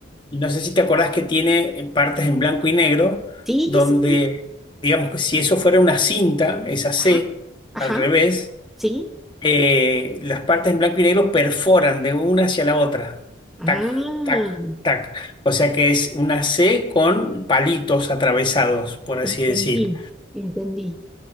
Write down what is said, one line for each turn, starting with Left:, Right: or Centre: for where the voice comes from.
Left: Y no sé si te acordás que tiene eh, partes en blanco y negro
Centre: Sí,
Left: donde,
Centre: sí.
Left: digamos que si eso fuera una cinta, esa C
Centre: Ajá, ajá,
Left: al revés
Centre: sí.
Left: eh, las partes en blanco y negro perforan de una hacia la otra.
Centre: Ah,
Left: Tac, tac, tac. O sea que es una C con palitos atravesados, por así
Centre: entendí,
Left: decir.
Centre: entendí.